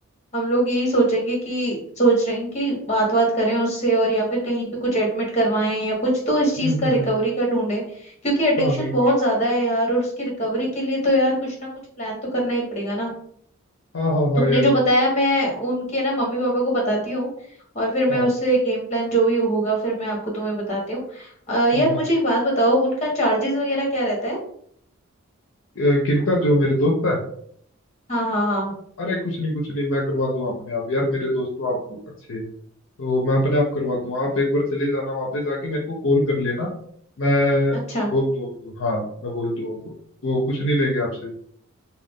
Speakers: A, on the left; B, on the left.
A: हम लोग यही सोचेंगे कि सोच रहे हैं कि बात बात करें उससे और या फिर कहीं पे कुछ एडमिट करवाएं या कुछ तो इस चीज
B: हम्म हम्म
A: का रिकवरी
B: हम्म
A: का ढूंढें क्योंकि एडिक्शन
B: हाँ बिल्कुल
A: बहुत ज्यादा है यार और उसकी रिकवरी के लिए तो यार कुछ ना कुछ प्लान तो करना ही पड़ेगा ना
B: हाँ हाँ हाँ
A: तुमने
B: यार
A: जो
B: कि-
A: बताया मैं उनके ना मम्मी पापा को बताती हूँ और फिर मैं
B: हाँ
A: उससे गेम प्लान जो भी होगा फिर मैं आपको तुम्हें बताती हूँ अ,
B: हाँ
A: यार
B: हाँ
A: मुझे एक बात बताओ उनका चार्जेस वगैरह क्या रहता है
B: अ, किनका जो मेरे दोस्त है
A: हाँ हाँ हाँ
B: अरे कुछ नहीं कुछ नहीं मैं करवा दूं अपने आप यार मेरे दोस्त तो आप अच्छे हैं। तो मैं अपने आप करवाता हूँ आप एक बार चले जाना वापस जाके मेरे को कॉल कर लेना मैं
A: अच्छा
B: बोल दूँ उनको हाँ मैं बोल दूँ उनको वो कुछ नहीं लेंगे आपसे